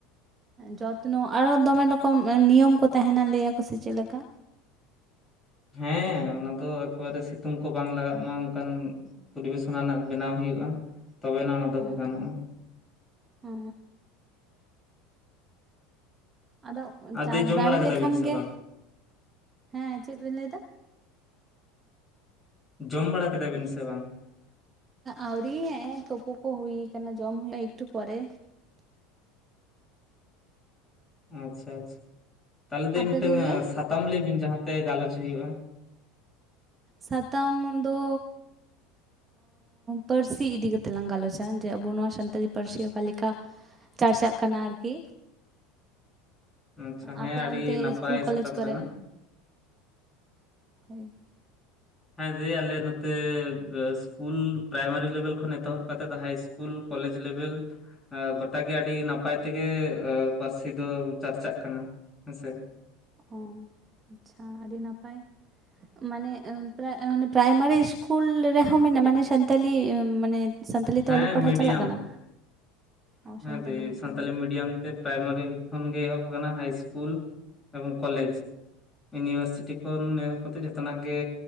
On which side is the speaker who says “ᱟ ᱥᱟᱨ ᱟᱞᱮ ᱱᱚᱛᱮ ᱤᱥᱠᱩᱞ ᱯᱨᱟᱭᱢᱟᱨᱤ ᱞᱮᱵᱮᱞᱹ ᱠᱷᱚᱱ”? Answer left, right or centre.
Left